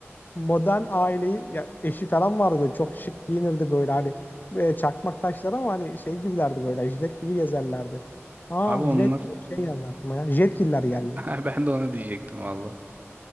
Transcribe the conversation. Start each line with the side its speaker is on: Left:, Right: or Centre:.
Left: modern aileyi ya eşi falan vardı böyle çok şık giyinirdi böyle hani e, çakmak taşlar ama hani şey gibilerdi böyle jilet gibi gezerlerdi. Aa
Right: Abi onlar
Left: jilet diye şey geldi aklıma ya. Jetgiller geldi.
Right: <laughs> Ha, ben de ona diyecektim valla.